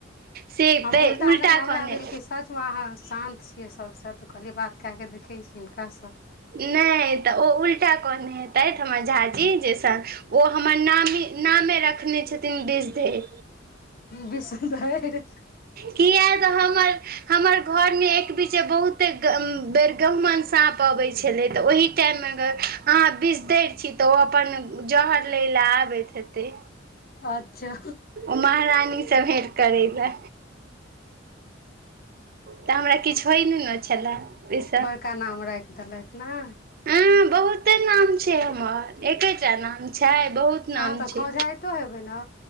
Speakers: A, on the right; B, on the left.
A: से
B: हम
A: तऽ
B: उल्टा नहि ने हमरा
A: कहने
B: भेल कि सच अहाँ शान्त छियै सभसँ तॅं कहलियै बात कए कऽ देखै छी हिनकासँ
A: नहि तऽ ओ उल्टा कहने हेतथि, हमर झाजी जे तॅं ओ हमर नामी, नामे रखने छथिन विषधरि
B: विषधरि!
A: किया तऽ हमर हमर घरमे एक बीचे बहुते गं <unintelligible> बेर गहुमन साँप अबैत छलै तॅं ओहि टाइममे अगर अहाँ बिषधरि छी तँ ओ अपन जहर लै लए आबैत हेतै।
B: अच्छा
A: ओ महारानी सॅं भेंट करै लए तऽ हमरा किछु होइ नहि ने छलए ओहिसँ
B: तेॅं नामे राखि देलथि ने!
A: हँ बहुते नाम छै हमर, एकेटा नाम छै, बहुत
B: अहाँ
A: नाम
B: तँ
A: छै
B: खौंझाइतो हेबै ने